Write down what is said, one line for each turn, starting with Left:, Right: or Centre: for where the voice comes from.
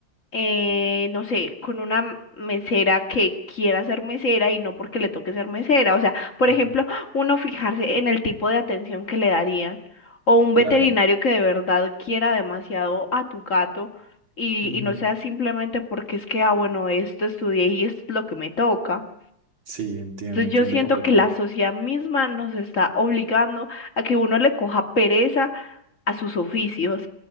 Left: eh, no sé, con una m- mesera que quiera ser mesera y no porque le toque ser mesera. O sea, por
Right: ujú,
Left: ejemplo, uno fijarse en el tipo de atención que le darían. O un
Right: Claro.
Left: veterinario que de verdad quiera demasiado a tu gato y,
Right: ujú,
Left: y no sea simplemente porque es que, ah, bueno, esto estudié y esto es lo que me toca.
Right: Sí, entiendo,
Left: Entonces
Right: entiendo
Left: yo siento
Right: completamente.
Left: que la sociedad misma nos está obligando a que uno le coja pereza a sus oficios,